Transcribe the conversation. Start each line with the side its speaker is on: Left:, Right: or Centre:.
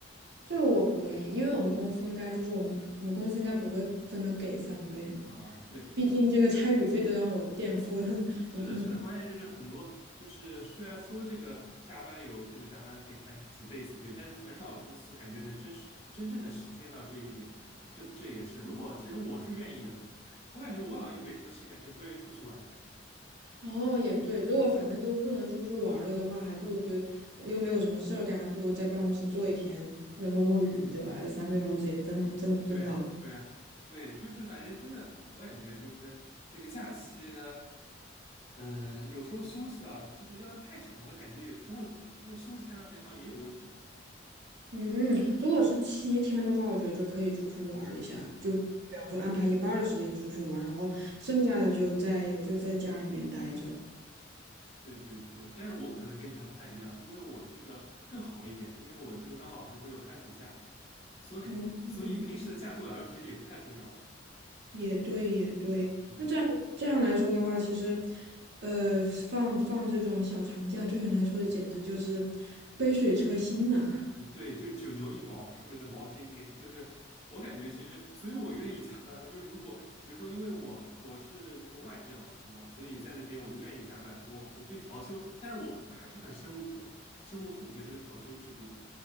Right: 这个我不愿意，因为我们公司应该就是我们我们公司应该不会真的给三倍的，
Left: 啊，对，
Right: 毕竟这个差旅费都让我垫付了，<laughs> 怎么可能？
Left: 是的，是的，关键就是很多，就是虽然说这个加班有这个加班费还几倍几倍，但是很少有公司感觉能真实真正的实践到这一点。这这也是，如果其实我是愿意的，<laughs> 我感觉我好像也没什么事干，也不愿意出去玩。
Right: 哦，也对，如果反正都不能出去玩儿了的话，还不如就呃又没有什么事儿干，还不如在办公室坐一天，就摸摸鱼，对吧？这三倍工资也挣挣挣到了。
Left: 对呀，对呀对，就是反正真的，我感觉就是这个假期呢，嗯、有时候休息啊，就是要是太长了，感觉也出问题，就是休息太长时间好像也有问题。
Right: 嗯嗯，如果是七天的话，我觉得就可以出去玩儿一下，
Left: 嗯，
Right: 就比方说安排一半儿的时间出去玩儿然后剩下的就在就在家里面待着。
Left: 对。对对对，但是我可能跟你还不太一样，因为我这个更好一点，因为我这个当老师会有寒暑假，所以所以平时的假对我来说其实也不太重要了。
Right: 嗯，嗯也对，也对。
Left: 嗯，
Right: 那这样这样来说的话，其实，呃，放放这种小长假对你来说简直就是杯水车薪呐。
Left: 呃对，就是九牛一毛，上面的毛尖尖，就是我感觉其实，所以我愿意加班啊就是如果比如说，因为我我是那个外地的老师嘛，所以在那边我就愿意加班。我我对调休，但是我很还是很深恶痛深恶痛绝那个调休制度。